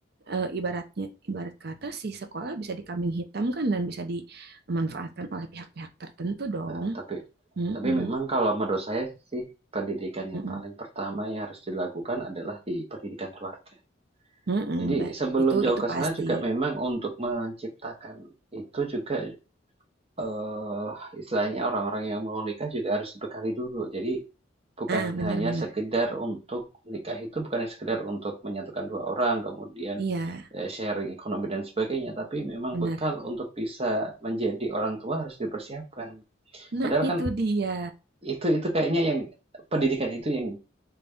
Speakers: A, on the right (about 60°); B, on the right (about 35°).
A: eh, ibaratnya ibarat kata si sekolah bisa dikambing hitam kan dan bisa dimanfaatkan oleh pihak-pihak tertentu dong.
B: Eh, tapi
A: Mm-mm,
B: tapi memang kalau menurut saya sih pendidikan yang
A: mm-mm,
B: paling pertama yang harus dilakukan adalah di pendidikan keluarga.
A: mm-mm,
B: Jadi
A: ba-
B: sebelum
A: itu
B: jauh
A: itu
B: ke sana
A: pasti.
B: juga memang untuk menciptakan itu juga Eee, istilahnya orang-orang yang mau nikah juga harus dibekali dulu. Jadi, bukan
A: Ah, benar-benar.
B: hanya sekedar untuk nikah itu bukan hanya sekedar untuk menyatukan 2 orang, kemudian,
A: Iya,
B: eee, sharing ekonomi dan sebagainya, tapi memang
A: benar.
B: bekal untuk bisa menjadi orang tua harus dipersiapkan.
A: Nah,
B: Padahal kan
A: itu dia
B: itu itu kayaknya yang pendidikan itu yang